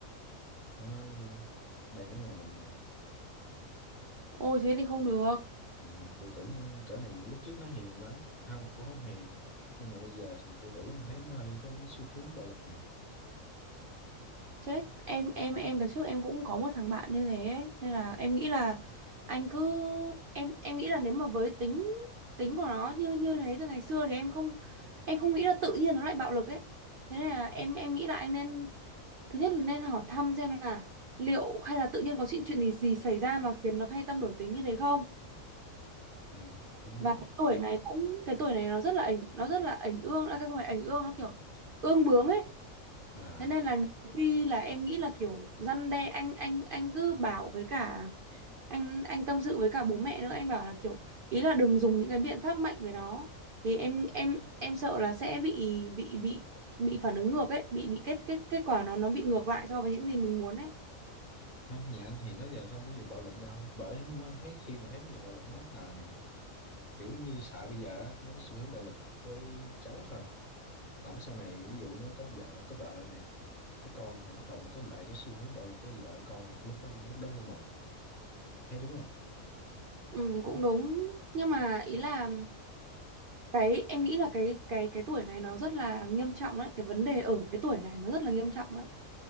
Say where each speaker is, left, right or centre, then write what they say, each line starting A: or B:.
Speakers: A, on the left (about 35°); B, on the right (about 70°).
A: nó nói đang ở nhà mình mà
B: Ôi thế thì không được.
A: ừ, tư tưởng cỡ này lúc trước nó hiền lắm không cũng không hiền nhưng mà bây giờ thì tư tưởng em thấy nó hơi có xu hướng bạo lực nè
B: Chết em em em đợt trước em cũng có một thằng bạn như thế ấy. Nên là em nghĩ là anh cứ em em nghĩ là nếu mà với tính tính của nó như như thế từ ngày xưa thì em không em không nghĩ là tự nhiên nó lại bạo lực ấy. Thế nên là em em nghĩ là anh nên thứ nhất là nên hỏi thăm xem là liệu hay là tự nhiên có chuyện chuyện gì gì xảy ra mà khiến nó thay tâm đổi tính như thế không?
A: ừ, cũng đúng
B: Và cái tuổi này cũng cái tuổi này nó rất là ảnh nó rất là ảnh ương à, không phải ảnh ương nó kiểu ương bướng ấy
A: À
B: thế nên là nhiều khi là em nghĩ là kiểu răn đe anh anh anh cứ bảo với cả anh anh tâm sự với cả bố mẹ nữa anh bảo là kiểu ý là đừng dùng những cái biện pháp mạnh với nó vì em em em sợ là sẽ bị bị bị bị phản ứng ngược ấy bị bị kết kết kết quả nó nó bị ngược lại so với những gì mình muốn ấy
A: không nhà anh thì nó giờ không có dùng bạo lực đâu bởi mới thấy khi mà thấy nó dùng bạo lực nó bất ngờ nè kiểu như sợ bây giờ á, nó có xu hướng bạo lực với cháu thôi lỡ sau này ví dụ nó có vợ có vợ nè có con thì bắt đầu nó có lại có xu hướng bạo lực với vợ con thì lúc đó lúc đó lên mà thấy đúng không
B: ừ, cũng đúng nhưng mà ý là cái em nghĩ là cái cái cái tuổi này nó rất là nghiêm trọng đấy cái vấn đề ở cái tuổi này nó rất là nghiêm trọng đấy